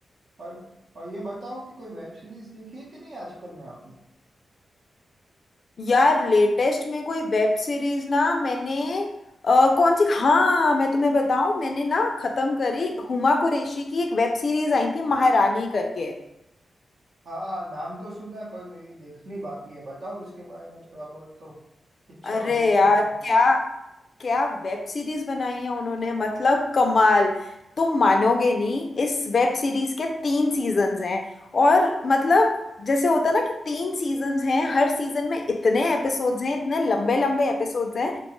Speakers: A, on the right; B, on the left.
A: और और ये बताओ कि कोई वेब सीरीज देखी है कि नहीं आजकल में आपने
B: यार लेटेस्ट में कोई वेब सीरीज ना मैंने अ, कौन सी हाँ मैं तुम्हें बताऊं मैंने ना खत्म करी हुमा कुरैशी की एक वेब सीरीज आई थी महारानी करके
A: हाँ नाम तो सुना है पर मेरी देखनी बाकी है बताओ उसके बारे में थोड़ा बहुत तो इच्छा
B: अरे
A: हो
B: यार
A: कि नहीं
B: क्या क्या वेब सीरीज बनाई है उन्होंने मतलब कमाल तुम मानोगे नहीं इस वेब सीरीज के तीन सीजन्स हैं और मतलब जैसे होता ना कि तीन सीजन्स हैं हर सीजन में इतने एपिसोड्स हैं इतने लंबे लंबे एपिसोड्स हैं